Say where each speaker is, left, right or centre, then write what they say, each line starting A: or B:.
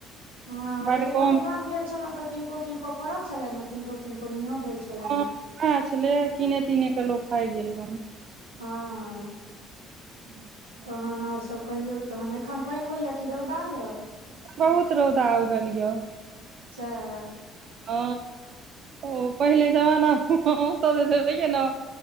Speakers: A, on the right; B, on the right.
A: हँ,
B: बड
A: एहि बेर हमहुँ
B: कम
A: गाम गेल छलहुँ तऽ किनको किनको फड़ल छले ने किनको किनको। नहियो
B: <unintelligible>
A: भेल छलनि हे
B: छले कीने तीने कऽ लोक खाइ गेल हन
A: हँ, हँ।
B: अच्छा।
A: तहन और सभ कहियो तहन एखन पाइन होइये कि रौदा य।
B: बहुत रौदा उगल यऽ।
A: सेहा।
B: ह, ओ पहिले जमाना रहियै न।